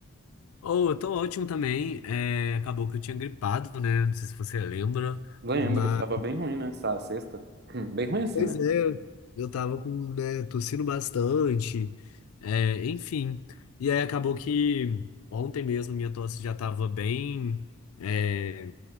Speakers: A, on the left; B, on the right.
A: Oh, eu tô ótimo também. É, acabou que eu tinha gripado, né? Não sei se você lembra,
B: Lembro,
A: mas.
B: tava bem ruim, né? Essa sexta. Hum, Bem ruim assim,
A: Pois
B: né?
A: é, eu tava com, né, tossindo bastante, é, enfim. E aí acabou que ontem mesmo minha tosse já tava bem. é,